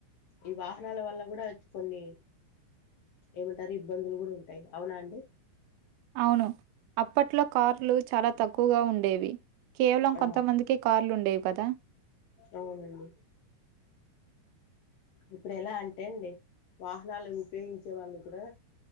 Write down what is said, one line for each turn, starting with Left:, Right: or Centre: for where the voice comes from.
Left: ఈ వాహనాల వల్ల కూడా కొన్ని ఏమంటారు ఇబ్బందులు కూడా ఉంటాయి. అవునా అండి
Right: అవును అప్పట్లో కార్లు చాలా తక్కువగా ఉండేవి. కేవలం
Left: ఆ
Right: కొంతమందికే కార్లుండేవు కదా
Left: అవునండి ఇప్పుడు ఎలా అంటే అండి వాహనాలు ఉపయోగించే వాళ్ళు కూడా